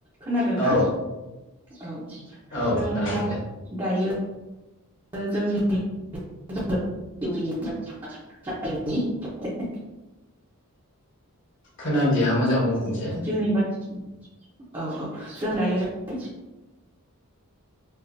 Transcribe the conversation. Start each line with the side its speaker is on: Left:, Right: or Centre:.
Right: खोनादोंना
Left: औ
Right: औ
Left: औ
Right: जोङो
Left: खोनादों
Right: अब्ला
Left: दे
Right: दायो ओ जोंनि <unintelligible>
Left: खोनादिया मोजां बुंफिनसाय
Right: जिउनि बाथ्रा औ औ जों दरैनि